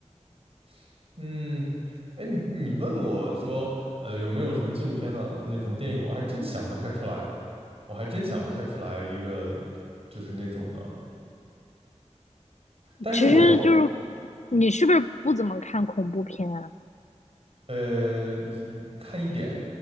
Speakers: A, on the right; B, on the left.
A: <laughs> 嗯。哎，你你问我说，呃，有没有什么纪录片的那种电影，我还真想不太出来。我还真想不太出来一个就是那种的，但是我
B: 其实就是你是不是不怎么看恐怖片啊？
A: 呃一看一点，